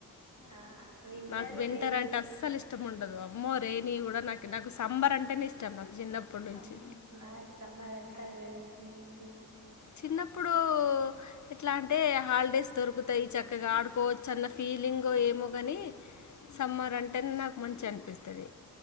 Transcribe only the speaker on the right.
ఆ వింటారు
రేని.
అవును నాక్ సాంబార్ ఇష్టంలే. ఉహు